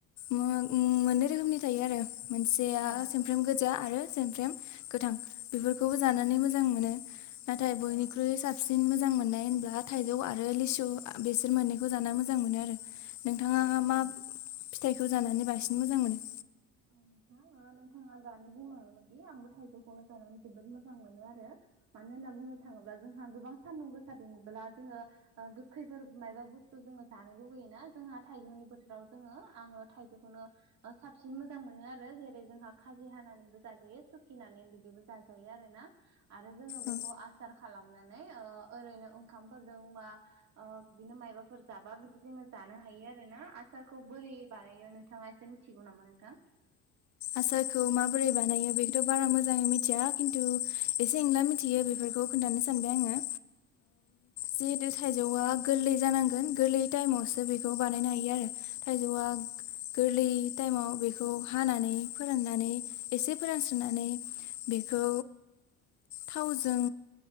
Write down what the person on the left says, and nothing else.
मोननै रोखोमनि थायो आरो मोनसेया
समफ्राम गोजा आरो समफ्राम गोथां बेफोरखौ खौबो जानानै
मोजां मोनो नाथाय
बयनिख्रुइ
सा साबसिन मोजां मोननाय होनब्ला थाइजौ आरो लिसु बेसोर मोननैखौ जानो मोजां मोनो आरो नोंथाङा
मा फिथाइखौ जानानै बांसिन मोजां मोनो
ओ
आसारखौ माबोरै बानायो बेखौथ' बारा मोजाङै मिथिया खिन्थु एसे, एंला मिथियो बे बेफोरखौ खोन्थानो सानबाय
आङो जिहेतु थाइजौआ गोरलै जानांगोन गोरलै टाइमावसो बेखौ बानायनो हायो आरो थाइजौआ गोरलै टाइमाव बेखौ हानानै फोराननानै एसे फोरानस्रिनानै बेखौ थावजों